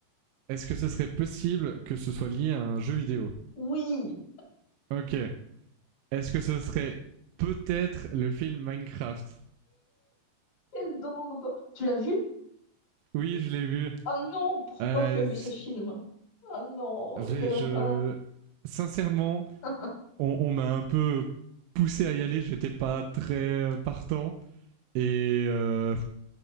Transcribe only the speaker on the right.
Est-ce que ce serait possible que ce soit lié à un jeu vidéo
Ok. Est-ce que ce serait peut-être le film Minecraft
Oui, je l'ai vu.
Euh...
Je,
je...
Sincèrement,
on, on m'a un peu poussé à y aller, j'étais pas très euh, partant. Et euh,